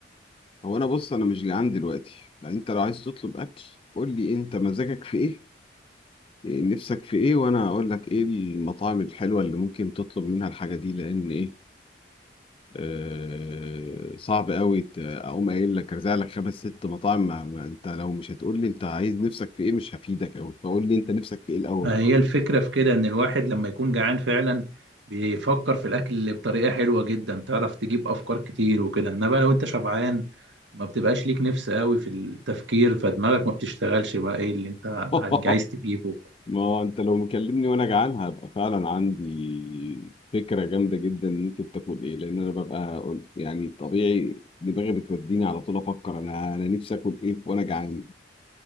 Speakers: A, on the left (about 30°); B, on the right (about 90°).
A: هو انا بص انا مش جعان دلوقتي يعني انت لو عايز تطلب اكل قول لي انت مزاجك في ايه إيه نفسك في ايه وانا اقول لك ايه المطاعم الحلوه اللي ممكن تطلب منها الحاجه دي لان ايه آه صعب قوي ت- اقوم قايل لك ارزع لك خمس ست مطاعم ما ما انت لو مش هتقول لي انت عايز نفسك في ايه مش هفيدك قوي فقول لي انت نفسك في ايه الاول
B: هي الفكرة في كده ان الواحد لما يكون جعان فعلا بيفكر في الاكل بطريقة حلوة جدا تعرف تجيب افكار كتير وكده انما لو انت شبعان ما بتبقاش ليك نفس قوي في التفكير فدماغك ما بتشتغلش بقى ايه اللي انت
A: <laughs>
B: عايز تجيبه
A: ما هو انت لو مكلمني وانا جعان هبقى فعلا عندي فكره جامده جدا ممكن تاكل ايه لان انا ببقى قل- يعني طبيعي دماغي بتوديني على طول افكر انا انا نفسي اكل ايه وانا جعان